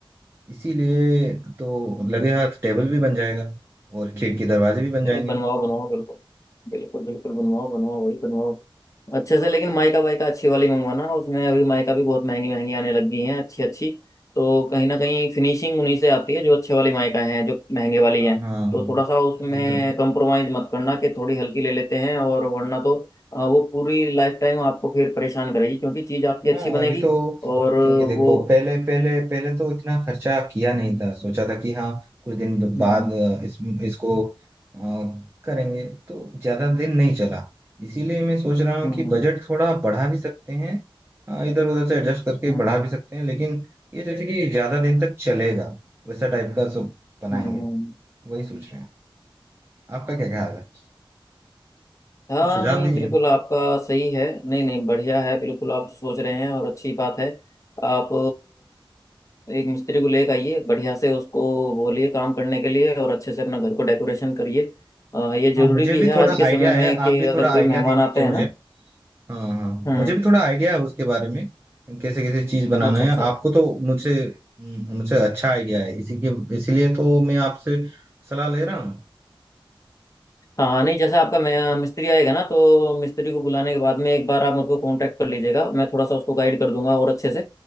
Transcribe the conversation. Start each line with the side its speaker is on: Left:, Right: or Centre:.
Right: इसीलिए तो लगे हाथ टेबल भी बन जाएगा और खिड़की दरवाजे भी बन जाएंगे
Left: नहीं बनवाओ बनवाओ बिल्कुल बिल्कुल बिल्कुल बनवाओ बनवाओ वही बनवाओ अच्छे से लेकिन माइका वाइका अच्छी वाली मंगवाना उसमें अभी माइका भी बहुत महंगी महंगी आने लग गई हैं अच्छी अच्छी तो कहीं ना कहीं फिनिशिंग उन्हीं से आती है जो अच्छे वाली माइका हैं जो महंगे वाली
Right: हाँ
Left: हैं
Right: हाँ
Left: तो थोड़ा सा उसमें
Right: जितना
Left: कंप्रोमाइज मत करना कि थोड़ी हल्की ले लेते हैं और वरना तो अ, वो पूरी लाइफ टाइम आपको फिर परेशान करेगी क्योंकि चीज़ आपकी अच्छी
Right: हाँ
Left: बनेगी
Right: अभी तो
Left: और
Right: क्योंकि देखो
Left: वो
Right: पहले पहले पहले तो इतना खर्चा किया नहीं था सोचा था कि हाँ कुछ दिन ब- बाद
Left: हम्म
Right: अ, इस इसको अ, करेंगे तो ज्यादा दिन नहीं चला इसीलिए मैं सोच रहा हूँ
Left: हम्म
Right: कि
Left: हम्म
Right: बजट थोड़ा बढ़ा भी सकते हैं इधर उधर से एडजस्ट करके
Left: हम्म
Right: बढ़ा भी सकते हैं लेकिन ये जैसे कि ज्यादा दिन तक चलेगा वैसा टाइप का सब बनाएंगे
Left: हम्म हम्म।
Right: वही सोच रहे हैं आपका क्या ख्याल है
Left: हाँ
Right: कुछ सुझाव
Left: नहीं
Right: दीजिए
Left: बिल्कुल आपका सही है नहीं नहीं बढ़िया है बिल्कुल आप सोच रहे हैं और अच्छी बात है आप अ, एक मिस्त्री को लेकर आइए बढ़िया से उसको बोलिए काम करने के लिए और अच्छे से अपना घर को डेकोरेशन करिए अ, ये जरूरी
Right: हाँ मुझे
Left: भी
Right: भी
Left: है
Right: थोड़ा
Left: आज के
Right: आइडिया
Left: समय में
Right: है
Left: कि
Right: आप भी
Left: अगर
Right: थोड़ा
Left: कोई
Right: आइडिया
Left: मेहमान
Right: दे दीजिए
Left: आते हैं
Right: मुझे
Left: ना
Right: हाँ हाँ
Left: हम्म
Right: मुझे भी थोड़ा आइडिया है उसके बारे में कैसे कैसे चीज बनाना
Left: अच्छा
Right: है
Left: अच्छा
Right: आपको तो मुझे हम्म, मुझे अच्छा आइडिया है इसी के इसीलिए तो मैं आपसे सलाह ले रहा हूँ
Left: हाँ नहीं जैसा आपका मे- मिस्त्री आएगा ना तो मिस्त्री को बुलाने के बाद में एक बार आप मुझको कांटेक्ट कर लीजिएगा मैं थोड़ा सा उसको गाइड कर दूंगा और अच्छे से